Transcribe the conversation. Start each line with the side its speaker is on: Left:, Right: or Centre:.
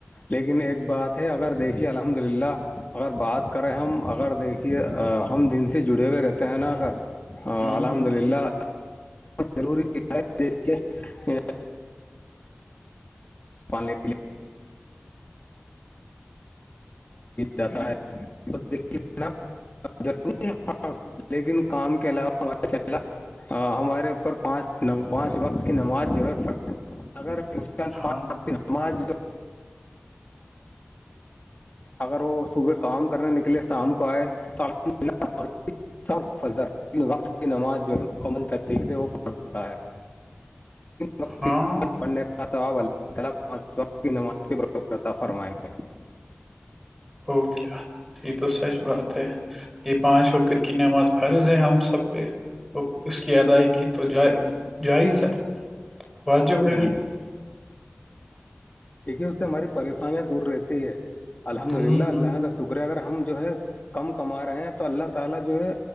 Left: لیکن ایک بات تھے اگر دیکھیے الحمد للہ اگر بات کریں ہم اگر دیکھیے ہم دن سے جڑے ہوئے رہتے تنا کر
Centre: ہوں
Left: الحمد
Centre: ہوں
Left: للہ ضروری ہایت دیک کے کے لیے
Centre: <inaudible>
Left: جاتا ہے تو دیک ن وری لیکن کام کے علاوہ ماشاء اللہ ہمارے اوپر پانچ پانچ وقت کی نماز جو ہے پ اگر
Centre: ہاں
Left: نمج اگر وہ صبح کام کرنے نکلے شام کو آئے تو الحمدلہ ر وقت کی نماز جو ہے مکمل طریق سے وہ پڑھتا ہے وق
Centre: ہاں
Left: پڑنے کا وقت کی نماز فرمائ گے
Centre: ہو کیا یہ تو سچ بات ہے یہ پانچ وقت کی نماز فرض ہے ہم سب پہ اس کی ادائیگی تو جائز ہے واجب ہے
Left: یک ج دیکے اس سے ہماری پریشانیاں دور رہتی ہے الحمد
Centre: ہوں
Left: للہ
Centre: ہوں
Left: اللہ شکرے اگر ہم جو ہے کم کما رہے ہیں تو اللہ تعالی جو ہے